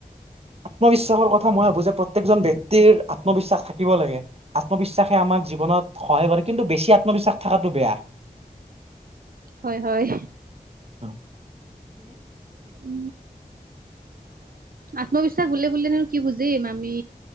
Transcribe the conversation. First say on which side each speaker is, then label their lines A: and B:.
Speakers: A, on the right; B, on the right.
A: আত্মবিশ্বাসৰ কথা মই ভাবো যে প্ৰত্যেকজন্য়ক্তিৰ আত্মবিশ্বাস থাকিব লাগে আত্মবিশ্বাসে আমাক জীৱনত সহায় কৰে কিন্তু বেছি আত্মবিশ্বাস থাকাটো বেয়া।
B: হয় হয়।
A: অ'
B: উ আত্মবিশ্বাস বুলি বুলিলে কি বুজিম আমি